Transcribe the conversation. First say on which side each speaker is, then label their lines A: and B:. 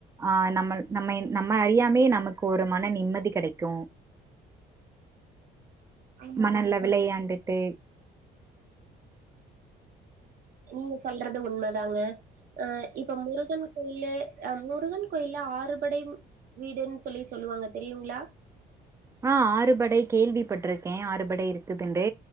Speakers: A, on the right; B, on the right.
A: ஆ நம்மல் நம்ம நம்ம அறியாமயே நமக்கு ஒரு மன நிம்மதி கெடைக்கு
B: ஆமா
A: மணல்ல
B: நீங்க சொல்
A: விளையாண்டுட்டு
B: நீங்க சொல்றது உண்மதாங்க அ இப்ப முருகன் கோயிலு அ முருகன் கோயில்ல ஆறுபடை ம் வீடுன்னு சொல்லி சொல்லுவாங்க தெரியுங்களா
A: ஆ ஆறுபடை கேள்விப்பட்டிருக்கே ஆறுபடை இருக்குதுண்டு